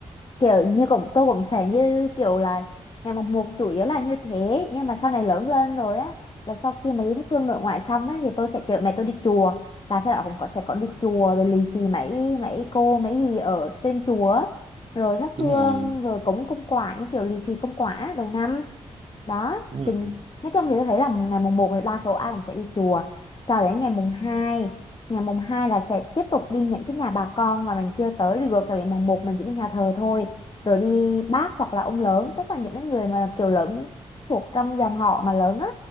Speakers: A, on the left; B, on the right.
A: kiểu như cũng tôi cũng sẽ như kiểu là ngày mồng một chủ yếu là như thế nhưng mà sau này lớn lên rồi á là sau khi mà đi thắp hương nội ngoại xong ấy thì tôi sẽ chở mẹ tôi đi chùa là sau đó cũng có sẽ có đi chùa rồi lì xì mấy mấy cô mấy gì ở trên chùa á. rồi thắp
B: đúng
A: hương
B: rồi
A: rồi cúng cúng quả như kiểu lì xì cúng quả đầu năm đó
B: đúng rồi
A: thì nói chung thì tôi thấy là ngày mùng một thì đa số ai cũng sẽ đi chùa sau đến ngày mùng hai ngày mùng hai là sẽ tiếp tục đi những cái nhà bà con mà mình chưa tới được tại vì mùng một mình chỉ đi nhà thờ thôi rồi đi bác hoặc là ông lớn tức là những cái người mà kiểu lớn thuộc trong dòng họ mà lớn á